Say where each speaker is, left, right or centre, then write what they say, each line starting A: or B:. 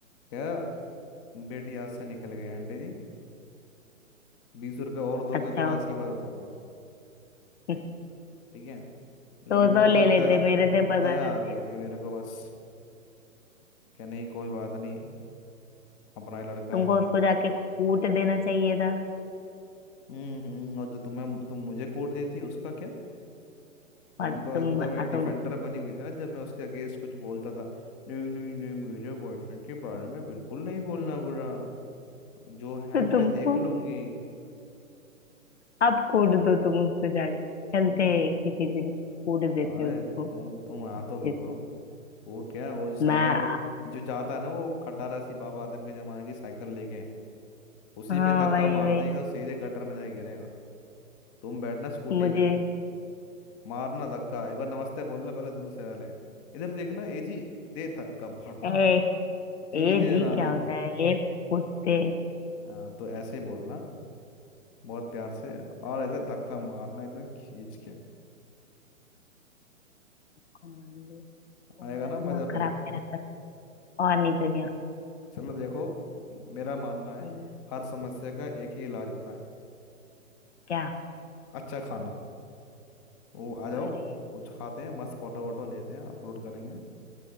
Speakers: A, on the left; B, on the left.
A: क्या बेटी आज से निकल गई आंटी जी बीस रुपये और दोगे
B: अच्छा
A: तो राज की बात बताऊंगा
B: <laughs>
A: ठीक है लेकिन
B: तो तो
A: वो तो
B: ले
A: दया
B: लेते मेरे से बता
A: दया
B: देते
A: आ गई थी मेरे को बस क्या नहीं कोई बात नहीं अपना ही लड़का
B: तुमको
A: है
B: उसको जाके कूट देना चाहिए था
A: हम्म हम्म, और जो तुम्हें तुम मुझे कोड देती उसका क्या तुम
B: और
A: तो
B: तुम
A: एकदम
B: आ,
A: एक
B: तुम
A: डिफेंडर
B: <laughs>
A: बनी हुई थी ना जब मैं उसके अगेंस्ट कुछ बोलता था नहीं नहीं नहीं मेरे बॉयफ्रेंड के बारे में बिल्कुल नहीं बोलना बुरा जो है
B: तो
A: मैं
B: तुमको
A: देख लूंगी
B: अब कूट दो तुम उसको जाके चलते
A: हम्म
B: हैं किसी दिन कूट देते
A: अरे
B: हैं उसको
A: तुम तुम हाँ
B: अच्छे
A: तो बोलो
B: से
A: कूट क्या वो जो साइकिल
B: मैं
A: पर जो जाता है ना वो खटारा सी बाबा आदम के जमाने की साइकिल लेके उसी
B: हाँ
A: में धक्का
B: वही
A: मार
B: वही
A: देगा सीधे गटर में जाके गिरेगा तुम बैठना स्कूटी
B: मुझे
A: में मारना धक्का एक बार नमस्ते बोलना पहले दूर से पहले इधर देखना ए जी दे धक्का भट
B: ए
A: सीधे
B: ए जी
A: नाले
B: क्या होता
A: में
B: है ए कुत्ते
A: हाँ तो ऐसे ही बोलना बहुत प्यार से और इधर धक्का मारना इधर खींच के
B: कमांडो वो
A: आएगा
B: मेरा
A: ना
B: दिमाग
A: मजा
B: खराब
A: फिर
B: कह रखा है और नहीं तो क्या
A: चलो देखो मेरा मानना है
B: हम्म,
A: हर समस्या का एक ही इलाज होता है
B: क्या
A: अच्छा खाना वो आ जाओ
B: अरे
A: कुछ खाते हैं मस्त फोटो वोटो लेते हैं अपलोड करेंगे